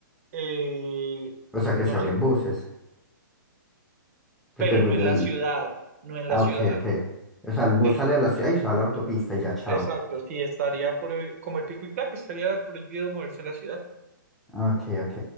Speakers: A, on the right; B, in the centre.
A: Eh,
B: o sea
A: no
B: que se abrían
A: sé,
B: buses, porque
A: pero
B: el bus
A: no en
B: del...
A: la ciudad, no en
B: Ah,
A: la ciudad.
B: ok, ok. O sea, el bus
A: Eh,
B: sale de la ciudad y se va a la autopista y ya, chao.
A: exacto, sí, estaría por, como el pico y placo, estaría prohibido moverse en la ciudad.
B: Ok, ok.